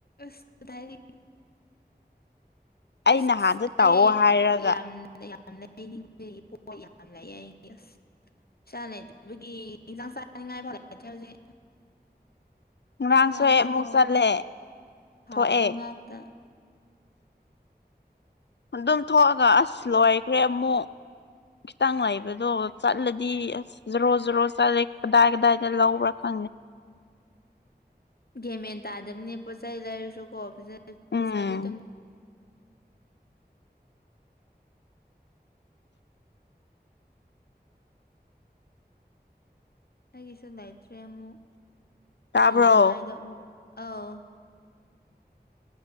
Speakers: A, on the left (about 65°); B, on the left (about 85°).
A: ꯑꯁꯀꯗꯥꯥꯏ
B: ꯑꯩ
A: ꯑꯁ
B: ꯅꯍꯥꯟꯁꯨ ꯇꯧꯑꯣ
A: ꯑꯩ
B: ꯍꯥꯏꯔꯒ
A: ꯌꯥꯝ ꯌꯥꯝ ꯂꯩꯥꯏꯅꯤꯡꯕ ꯄꯣ ꯌꯥꯝ ꯂꯥꯏꯌꯦ ꯑꯁ ꯄꯥ ꯂꯩꯇꯦꯕꯒꯤ ꯏꯟꯁꯥꯡ ꯆꯥꯅꯤꯡꯉꯥꯏ ꯐꯥꯎꯔꯛꯗꯦ ꯍꯧꯖꯤꯛ
B: ꯉꯔꯥꯡꯁꯨ
A: ꯌꯥꯁꯨ
B: ꯑꯩ ꯑꯃꯨꯛ
A: ꯀꯣ
B: ꯆꯠꯂꯦ
A: ꯐꯥꯎ
B: ꯊꯣꯛꯑꯦ
A: ꯇ ꯉꯥꯛꯇ <unintelligible>
B: ꯑꯗꯨꯝ ꯊꯣꯛꯑꯒ ꯑꯁ ꯂꯣꯏꯈ꯭ꯔꯦ ꯑꯃꯨꯛ ꯈꯤꯇꯪ ꯂꯩꯕꯗꯣ ꯆꯠꯂꯗꯤ ꯑꯁ ꯖꯔꯣ ꯖꯔꯣ ꯆꯠꯂꯦ ꯀꯗꯥꯏ ꯀꯗꯥꯏꯗ ꯂꯧꯕ꯭ꯔꯥ ꯈ
A: <unintelligible> ꯒꯦꯃꯦꯟ ꯇꯥꯗꯕꯅꯤ ꯄꯣꯠ ꯆꯩ ꯂꯩꯔꯁꯨꯀꯣ
B: ꯎꯝ
A: ꯄꯩꯁꯥꯗꯤ ꯑꯗꯨꯝ ꯑꯩꯒꯤꯁꯨ ꯂꯩꯇ꯭ꯔꯦ ꯑꯃꯨꯛ
B: ꯇꯥꯕ꯭ꯔꯣ
A: ꯏꯅꯤꯡꯉꯥꯏꯗꯣ ꯑꯃꯨꯛ ꯑꯥꯎ